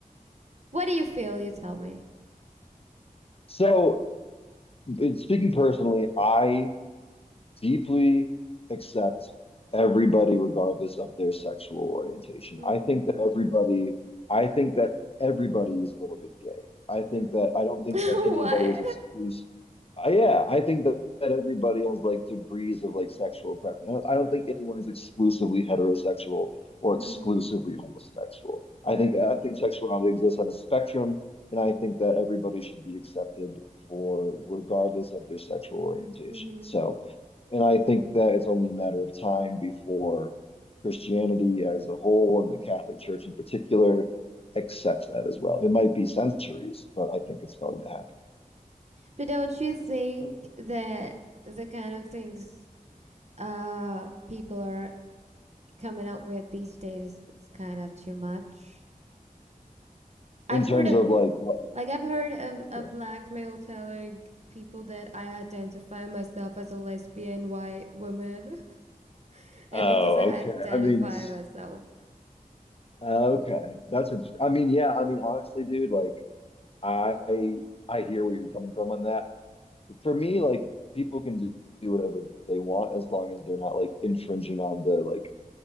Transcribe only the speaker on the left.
So, speaking personally, I deeply accept everybody regardless of their sexual orientation.
I think that everybody, I think that everybody is a little bit gay. I think
that I don't think
that anybody
is exclusive. Uh, yeah, I think that, that everybody has like degrees of like sexual preference. I don't, I don't think anyone is exclusively heterosexual or
exclusively homosexual. I
think I think sexuality exists on a spectrum, and I think that everybody should be accepted for regardless of their sexual orientation.
So and I think that it's only a matter of time before Christianity as a whole and the Catholic Church in particular accepts that as well. It might be centuries, but I think it's going to happen.
In terms
of like what?
Yeah.
Oh,
okay.
I mean, s-
uh, okay. That's interesting. I mean, yeah, I mean, honestly, dude, like I I hear where you're coming from on that. For me, like people can do, do whatever they want as long as they're not like infringing on the like